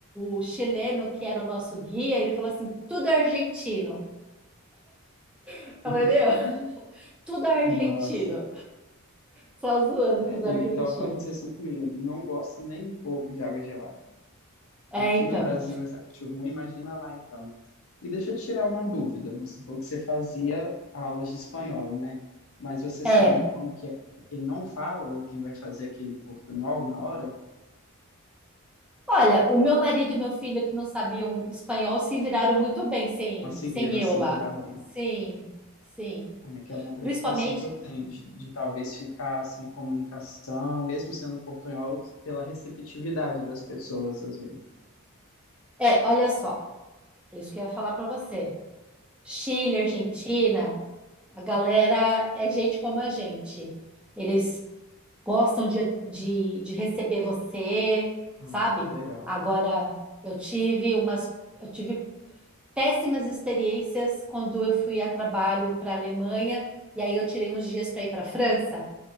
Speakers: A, in the centre; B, on the left (about 65°).
A: o chileno, que era o nosso guia, ele falou assim: tudo é argentino. Eu falei: meu,
B: <laughs>
A: <laughs> tudo é argentino.
B: Nossa.
A: Só zoando
B: É,
A: com os argentinos.
B: e- então vai ser assim comigo. Eu Não gosto nem um pouco de água gelada.
A: É,
B: Aqui
A: então.
B: no Brasil eu já acho ruim, imagina lá então. E deixa eu tirar uma dúvida. Você falou que você fazia aulas de espanhol, né? Mas você sabe
A: É.
B: como que é pra quem não fala ou quem vai fazer aquele portunhol na hora?
A: Olha, o meu marido e meu filho, que não sabiam espanhol, se viraram muito bem sem,
B: Conseguiram
A: sem eu
B: se
A: lá.
B: virar bem.
A: Sim, sim.
B: Ah, que é uma preocupação
A: Principalmente,
B: que eu tenho, de, de talvez ficar sem comunicação, mesmo sendo portunhol, pela receptividade das pessoas, às vezes.
A: é, olha só, isso que eu ia falar para você. Chile, Argentina, A galera é gente como a gente. Eles gostam de, de, de receber você,
B: Ah,
A: sabe?
B: que legal.
A: Agora, eu tive umas, eu tive péssimas experiências quando eu fui a trabalho para a Alemanha e aí eu tirei uns dias para ir para a França.